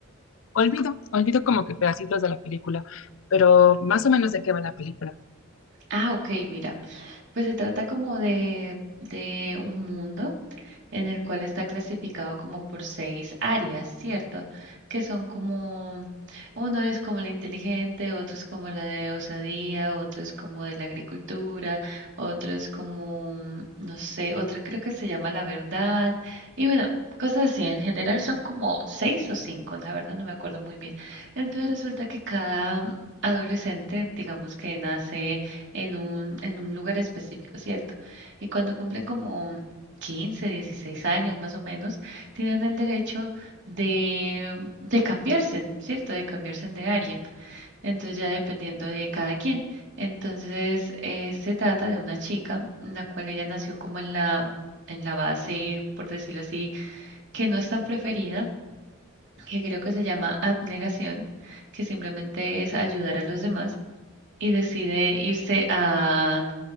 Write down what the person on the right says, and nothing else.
Ah, ok, mira. Pues se trata como de, de un mundo. en el cual está clasificado como por seis áreas, ¿cierto? Que son como, uno es como la inteligente, otro es como la de osadía, otro es como de la agricultura, otro es como, no sé, otra creo que se llama la verdad. Y bueno, cosas así, en general son como seis o cinco, la verdad no me acuerdo muy bien. Entonces resulta que cada... Adolescente, digamos que nace en un, en un lugar específico, ¿cierto? Y cuando cumplen como 15, 16 años más o menos, tienen el derecho de, de cambiarse, ¿cierto? De cambiarse de área. Entonces ya dependiendo de cada quien. Entonces eh, se trata de una chica, en la cual ella nació como en la, en la base, por decirlo así, que no es tan preferida, que creo que se llama abnegación, que simplemente es ayudar a los demás y decide irse a